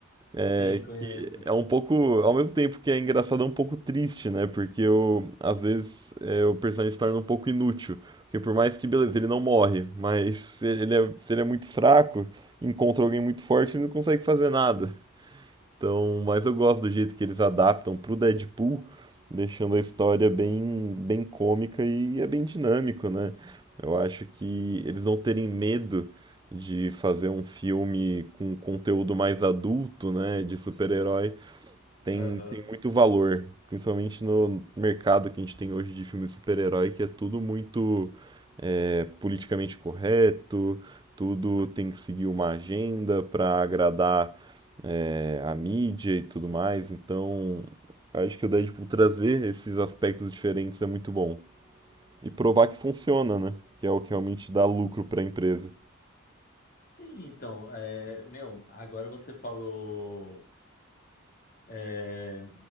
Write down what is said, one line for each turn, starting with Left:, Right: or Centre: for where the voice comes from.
Right: É,
Left: Sim, conheço.
Right: que é um pouco, ao mesmo tempo que é engraçado, é um pouco triste, né? Porque eu, às vezes é, o personagem se torna um pouco inútil. Porque por mais que, beleza, ele não morre, mas se ele é, se ele é muito fraco, encontra alguém muito forte, ele não consegue fazer nada. Então, mas eu gosto do jeito que eles adaptam pro Deadpool, deixando a história bem, bem cômica e é bem dinâmico, né? Eu acho que eles não terem medo de fazer um filme com conteúdo mais adulto, né, de super-herói, tem,
Left: Aham.
Right: tem muito valor, principalmente no mercado que a gente tem hoje de filme de super-herói, que é tudo muito é, politicamente correto, tudo tem que seguir uma agenda para agradar é, a mídia e tudo mais. Então, acho que o Deadpool trazer esses aspectos diferentes é muito bom. E provar que funciona, né? Que é o que realmente dá lucro para a empresa.
Left: Sim, então, é, meu, agora você falou, é,